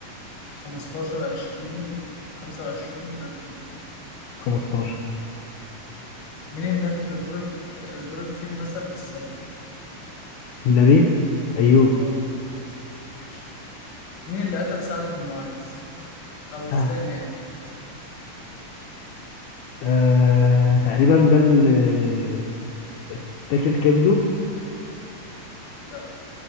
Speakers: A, on the left; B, on the left.
A: 15 20 25 30
B: 15
A: مين النبي اللي ضرب اللي ضرب فيه المثل بالصبر
B: النبي أيوب
A: اه ماشي مين اللي قتل سعد بن معاذ او
B: سعد
A: ازاي مات
B: آه تقريبا ده اللي اتاكل كبده
A: ده